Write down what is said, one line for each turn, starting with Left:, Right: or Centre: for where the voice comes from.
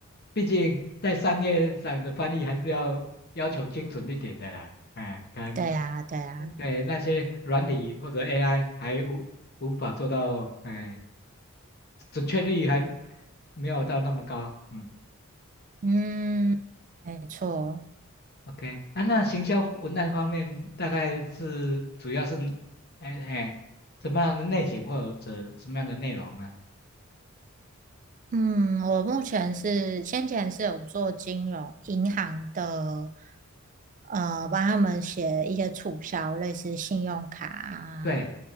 Left: 毕竟在商业上的翻译还是要要求精准一点的啦，哎，可能
Right: 对啊，对啊，
Left: 对那些软体或者 AI 还无无法做到，哎，准确率还没有到那么高。嗯
Right: 嗯，没错。
Left: ，OK 啊，那行销文案方面大概是主要是，哎哎，什么样的类型或者什么样的内容呢？
Right: 嗯，我目前是先前是有做金融银行的呃，帮他们写一些促销，类似信用卡啊、
Left: 对，